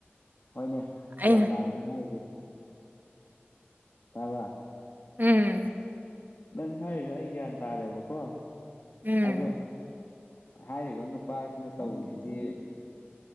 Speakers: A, on the left (about 50°); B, on the right (about 45°).
A: ꯍꯣꯏꯅꯦ
B: ꯑꯩꯅ
A: ꯒ꯭ꯌꯥꯟ ꯇꯥꯔꯅꯤ ꯍꯥꯏꯁꯦ ꯇꯥꯕ
B: ꯎꯝ
A: ꯅꯪ ꯍꯥꯏꯗꫭ ꯑꯩ ꯒ꯭ꯌꯥꯟ ꯇꯥꯔꯦꯕꯀꯣ
B: ꯎꯝ
A: ꯑꯗꫭ ꯍꯥꯏꯔꯤꯕ ꯅꯨꯄꯥꯁꯤꯅ ꯇꯧꯔꯤꯁꯤꯗꯤ